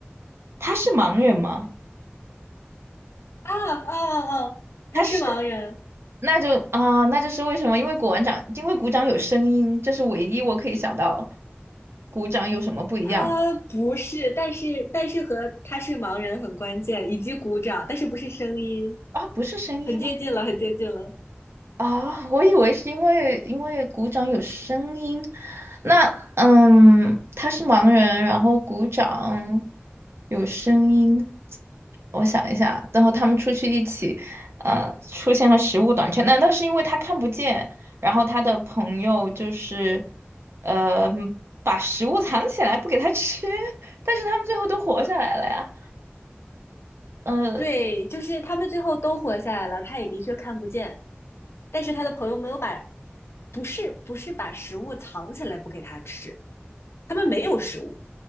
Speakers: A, on the right; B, on the left.
A: 他是盲人吗？
B: 啊啊啊！啊他是盲人。
A: 他是，那就啊、那就是为什么？因为鼓完掌，因为鼓掌有声音，这是唯一我可以想到鼓掌有什么不一样的。
B: 呃，不是，但是但是和他是盲人很关键，以及鼓掌，但是不是声音，
A: 啊，不是声音吗？
B: 很接近了，很接近了。
A: 啊，我以为是因为因为鼓掌有声音。那嗯，他是盲人，然后鼓掌有声音。我想一下，然后他们出去一起，呃，出现了食物短缺。难道是因为他看不见，然后他的朋友就是，呃，把食物藏起来不给他吃，<laughs> 但是他们最后都活下来了呀。呃。
B: 对，就是他们最后都活下来了，他也的确看不见，但是他的朋友没有把，不是不是把食物藏起来不给他吃，他们没有食物，